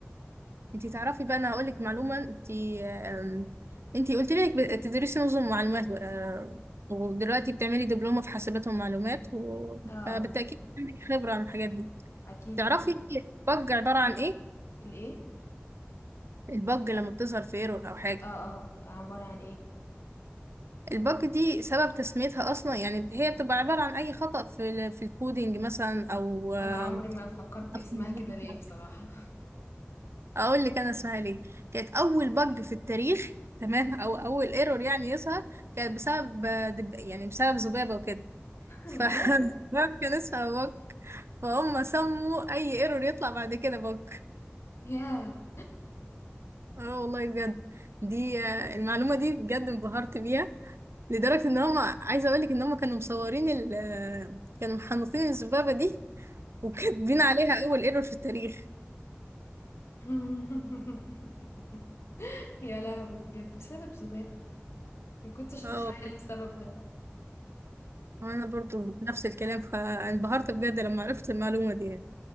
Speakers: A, on the right (about 70°); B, on the left (about 75°).
A: انتي تعرفي بقى انا هقول لك معلومه انتي آم، انتي قلت لي انك بتدرسي نظم معلومات آه، ودلوقتي بتعملي دبلومه في حاسبات ومعلومات و...
B: آه، آه،
A: فبالتاكيد عندك خبره عن الحاجات دي
B: أكيد.
A: تعرفي البج عباره عن ايه
B: الإيه؟
A: البج لما بتظهر في ايرور او حاجه
B: آه، آه، عبارة عن إيه؟
A: البج دي سبب تسميتها اصلا يعني هي بتبقى عباره عن اي خطأ في ال... في الكودينج مثلا او آم،
B: أنا عمري ما فكّرت
A: خطأ
B: اسمها
A: في النظام.
B: كده ليه بصراحة.
A: اقول لك انا اسمها ليه كانت اول بج في التاريخ تمام او اول ايرور يعني يظهر كانت بسبب دب... يعني بسبب ذبابه وكده
B: <laughs>
A: ف <laughs>
B: بجد!
A: الذباب كان اسمها بج فهم سموا اي ايرور يطلع بعد كده بج
B: ياه!
A: اه والله بجد دي آه، المعلومه دي بجد انبهرت بيها لدرجه ان هم عايزه اقول لك ان هم كانوا مصورين ال... آه، كانوا محنطين الذبابه دي وكاتبين عليها اول ايرور في التاريخ
B: <laughs> يا لهوي بجد بسبب ذبابة! ما كنتش أتخيّل
A: اه والله.
B: السبب ده.
A: وانا برضو نفس الكلام فانبهرت بجد لما عرفت المعلومه دي يعني.